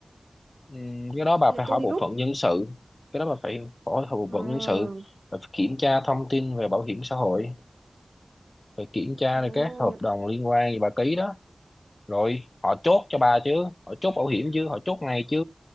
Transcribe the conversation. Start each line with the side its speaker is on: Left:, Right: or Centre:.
Left: Ừ, cái đó bà
Right: là
Left: phải hỏi
Right: tôi
Left: bộ
Right: đi rút
Left: phận nhân sự cái đó bà phải hỏi bộ
Right: à,
Left: phận nhân sự bà phải kiểm tra thông tin về bảo hiểm xã hội phải kiểm tra
Right: ừ,
Left: là các hợp đồng
Right: ok
Left: liên quan gì bà ký đó rồi họ chốt cho bà chứ họ chốt bảo hiểm chứ họ chốt ngày chứ